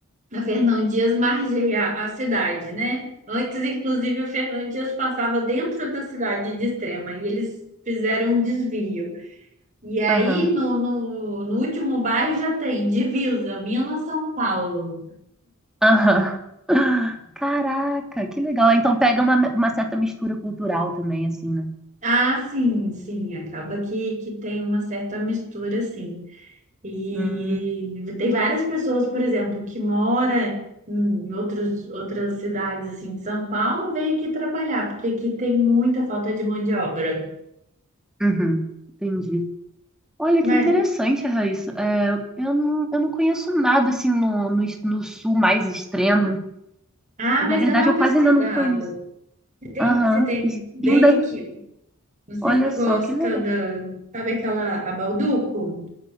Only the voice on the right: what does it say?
a Fernão Dias margeia a cidade, né? Antes, inclusive, o Fernão Dias passava dentro da cidade de Extrema e eles fizeram um desvio. E aí,
no, no, no último bairro já tem divisa, Minas-São Paulo.
Ah, sim, sim, acaba que, que tem uma certa mistura, sim. E
tem várias pessoas, por exemplo, que mora em outros, outras cidades, assim, de São Paulo, vem aqui trabalhar, porque aqui tem muita falta de mão de obra.
Mas,
ah,
mas
dá uma
pesquisada.
Tem-
Você tem,
vem
aqui. Não sei
se você
gosta
da, sabe aquela, a Balduco?